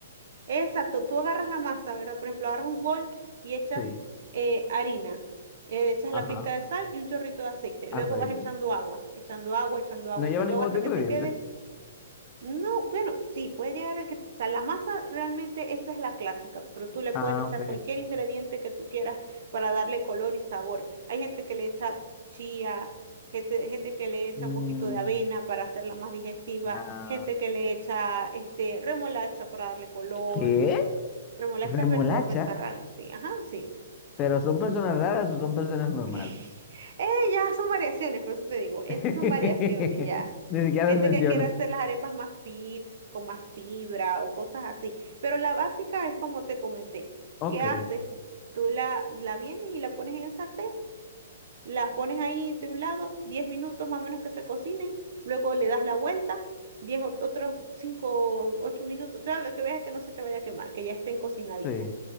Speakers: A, on the right; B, on the left.
A: Exacto, tú agarras la masa, ¿verdad? Por ejemplo, agarras un bol y echas
B: Sí,
A: eh, harina, eh, echas
B: ajá.
A: la pizca de sal y un chorrito de aceite.
B: Aceite.
A: Luego vas echando agua, echando agua, echando agua,
B: No lleva
A: echando
B: ningún
A: agua
B: otro
A: hasta
B: ingrediente.
A: que te quede. No, bueno, sí, puede llegar el que, o sea, la masa realmente esa es la clásica, pero tú le
B: Ah,
A: puedes echar
B: ok.
A: cualquier ingrediente que tú quieras para darle color y sabor. Hay gente que le echa chía, gente, gente que le echa
B: Mm,
A: un poquito de avena para hacerla más digestiva,
B: ah,
A: gente que le echa este remolacha para darle color
B: ¿Qué?
A: Remolacha
B: Remolacha.
A: es berta- bertarraga, sí, ajá, sí.
B: Pero son personas raras o son personas normales.
A: <laughs> Eh, ya son variaciones, por eso te digo, esas
B: <laughs>
A: son variaciones ya.
B: Ni siquiera
A: Gente
B: las mencionas.
A: que quiere hacer las arepas más fit, con más fibra o cosas así. Pero la básica es como te comenté.
B: Ok.
A: ¿Qué haces? Tú la, la vienes y la pones en el sartén, las pones ahí de un lado, 10 minutos más o menos que se cocinen, luego le das la vuelta, diez ot- otros 5 o 8 minutos, ya lo que veas es que no se te vaya a quemar, que ya estén cocinaditas.
B: sí.